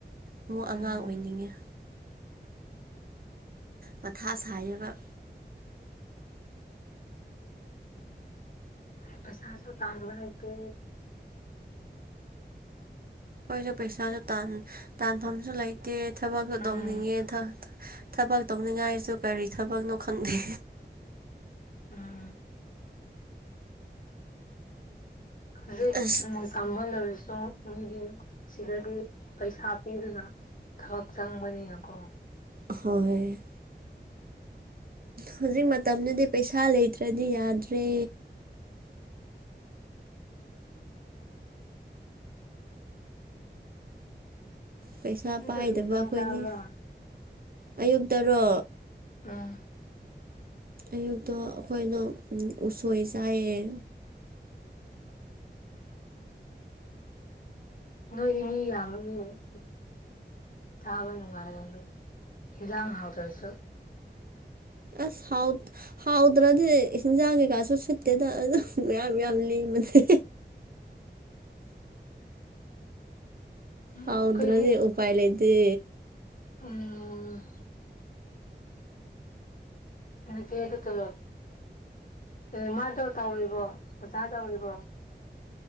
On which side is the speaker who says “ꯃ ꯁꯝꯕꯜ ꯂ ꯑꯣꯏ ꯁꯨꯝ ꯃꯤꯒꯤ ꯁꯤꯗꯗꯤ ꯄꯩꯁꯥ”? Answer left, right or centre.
Left